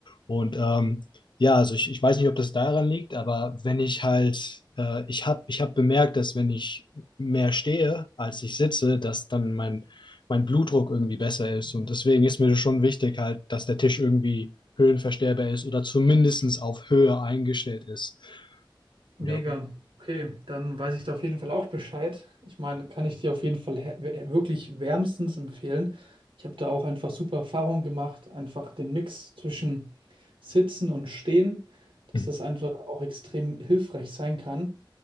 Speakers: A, on the left; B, on the right.
A: Und ähm, ja, also ich, ich weiß nicht, ob das daran liegt, aber wenn ich halt, äh, ich habe ich hab bemerkt, dass wenn ich mehr stehe, als ich sitze, dass dann mein, mein Blutdruck irgendwie besser ist. Und deswegen ist mir das schon wichtig halt, dass der Tisch irgendwie höhenverstellbar ist oder zumindestens auf Höhe eingestellt ist.
B: Mega.
A: Ja.
B: Okay, dann weiß ich da auf jeden Fall auch Bescheid. Ich meine, kann ich dir auf jeden Fall hä- wä- wirklich wärmstens empfehlen. Ich habe da auch einfach super Erfahrungen gemacht, einfach den Mix zwischen Sitzen und Stehen, dass
A: Hm,
B: das einfach auch extrem hilfreich sein kann.